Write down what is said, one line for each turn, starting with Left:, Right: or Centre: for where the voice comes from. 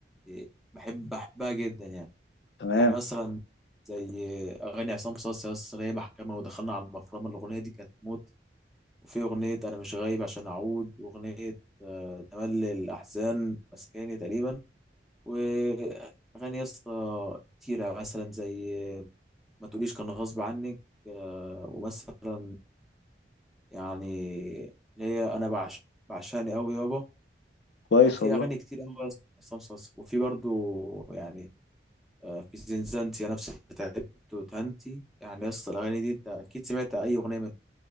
Centre: إيه، بحب بحبها جدا يعني
Left: تمام
Centre: يعني مثلا زي اغاني عصام صاصا يا اسطى هي محكمه ودخلنا على المفرمه الاغنيه دي كانت موت وفي اغنيه انا مش غايب عشان اعود واغنيه آه، تملي الاحزان مسكاني تقريبا واغاني يا اسطى كتيره مثلا زي ما تقوليش كان غصب عنك آه، ومثلا يعني اللي هي انا بعشق بعشقني قوي يابا
Left: كويس
Centre: كان في
Left: والله
Centre: اغاني كتير قوي عصام صاصا وفي برضو يعني آه، في زنزانتي يا نفسي تعبت وتهنتي يعني يا اسطى الاغاني دي انت اكيد سمعت اي اغنيه منها